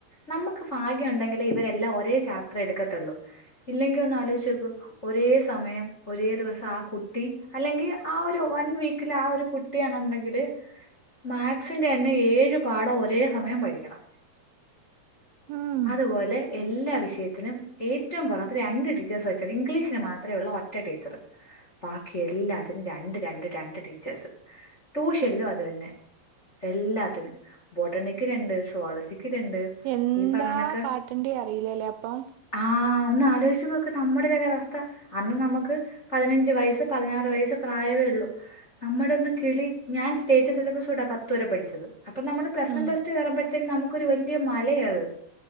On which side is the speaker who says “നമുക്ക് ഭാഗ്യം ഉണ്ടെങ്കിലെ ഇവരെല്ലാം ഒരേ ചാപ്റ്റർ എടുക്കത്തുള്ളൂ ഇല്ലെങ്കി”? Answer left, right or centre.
Left